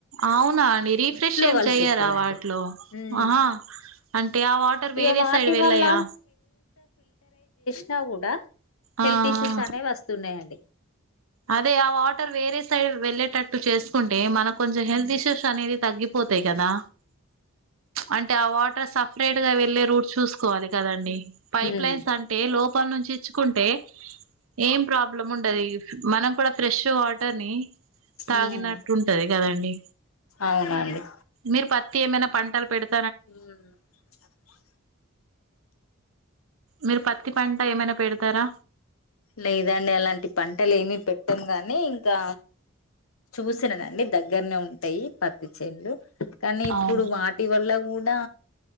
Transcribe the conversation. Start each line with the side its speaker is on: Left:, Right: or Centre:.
Right: అవునా అండి రీఫ్రెష్ ఏం
Left: కలిసిస్తదండి
Right: చెయరా వాటిలో
Left: ఉమ్
Right: ఆహా అంటే ఆ వాటర్ వేరే
Left: ఇగ వాటి
Right: సైడ్ వెళ్ళయా
Left: వల్ల చ కూడా
Right: ఆ
Left: హెల్త్
Right: ఆ.
Left: ఇష్యూస్ అనేవి వస్తున్నాయండి
Right: అదే ఆ వాటర్ వేరే సైడ్ వెళ్ళేటట్టు చేస్ కుంటే మన కొంచెం హెల్త్ ఇష్యూస్ అనేది తగ్గి పోతాయ్ కదా అంటే ఆహ్ వాటర్ సెపెరేట్ గ వెళ్లే రూట్ చూసుకోవాలి కదండి పైప్
Left: ఉమ్
Right: లైన్స్ అంటే లోపల నుంచి ఇచ్చుకుంటే ఏం ప్రాబ్లం ఉండది మనం కూడా ఫ్రెష్ వాటర్ ని తాగినట్టుంటది
Left: ఉమ్
Right: కదండి
Left: అవునండి
Right: మీరు పత్తి ఏమైనా పంటలు పెడుత
Left: మ్
Right: మీరు పత్తి పంట ఏమైనా పెడతారా
Left: లేదండి అలాంటి పంటలు ఏమి పెట్టము గాని ఇంకా చూసినదండి దగ్గర దగ్గరనే ఉంటాయి పత్తి చెనులు కానీ ఇప్పుడు
Right: అవును
Left: వాటి వల్ల కూడా